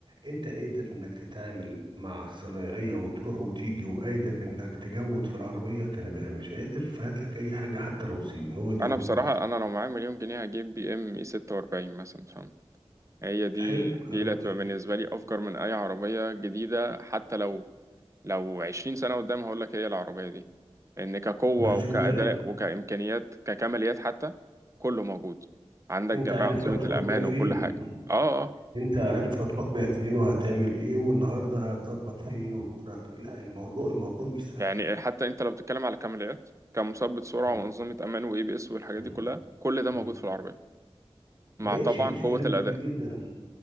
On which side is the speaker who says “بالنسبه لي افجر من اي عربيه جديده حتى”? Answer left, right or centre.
Right